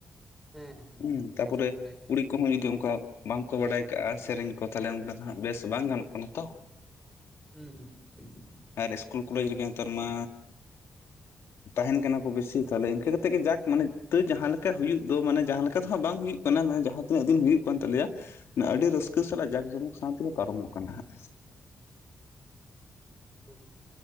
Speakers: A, in the centre; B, on the left.
A: ᱦᱮᱸ ᱦᱮᱸ
B: ᱦᱩᱸ ᱛᱟᱯᱚᱨᱮ
A: ᱵᱟᱵᱮᱱ ᱵᱟᱲᱟᱭ ᱠᱷᱟᱹᱛᱤᱨ
B: ᱠᱩᱲᱤ ᱠᱚ ᱩᱱᱠᱩᱦᱚᱸ ᱡᱩᱫᱤ ᱚᱝᱠᱟ ᱵᱟᱝᱠᱚ ᱵᱟᱰᱟᱭ ᱠᱟᱜ-ᱟ ᱥᱮᱨᱮᱧ ᱠᱚ ᱛᱟᱦᱞᱮ ᱚᱱᱠᱟ ᱫᱚ ᱦᱟᱸᱜ ᱵᱮᱥ ᱵᱟᱝ ᱜᱟᱱᱚᱜ ᱠᱟᱱᱟ ᱛᱚ,
A: ᱦᱩᱸ ᱦᱩᱸ
B: ᱟᱨ ᱤᱥᱠᱩᱞ ᱠᱚᱞᱮᱡᱽ ᱨᱮᱜᱮ ᱦᱮᱛᱟᱨ ᱢᱟ ᱛᱟᱦᱮᱱ ᱠᱟᱱᱟ ᱠᱚ ᱵᱤᱥᱤ ᱛᱟᱦᱞᱮ ᱤᱱᱠᱟᱹ ᱠᱟᱛᱮ ᱜᱮ ᱡᱟᱠ ᱢᱟᱱᱮ ᱛᱟᱹᱣ ᱡᱟᱦᱟ ᱞᱮᱠᱟ ᱦᱩᱭᱩᱜ ᱫᱚ ᱢᱟᱱᱮ ᱡᱟᱦᱟᱸ ᱞᱮᱠᱟ ᱫᱚ ᱦᱟᱸᱜ ᱵᱟᱝ ᱦᱩᱭᱩᱜ ᱠᱟᱱᱟ ᱢᱟᱱᱮ ᱡᱟᱦᱟᱸ ᱛᱤᱱᱟᱹᱜ ᱫᱤᱱ ᱦᱩᱭᱩᱜ ᱠᱟᱱ ᱛᱟᱞᱮᱭᱟ ᱱᱟᱜ ᱟᱹᱰᱤ ᱨᱟᱹᱥᱠᱟᱹ ᱥᱟᱞᱟᱜ ᱡᱟᱠ ᱡᱚᱢᱚᱠ ᱥᱟᱶ ᱛᱮᱜᱮ ᱯᱟᱨᱚᱢᱚᱜ ᱠᱟᱱᱟ ᱦᱟᱸᱜ᱾
A: ᱦᱩᱸ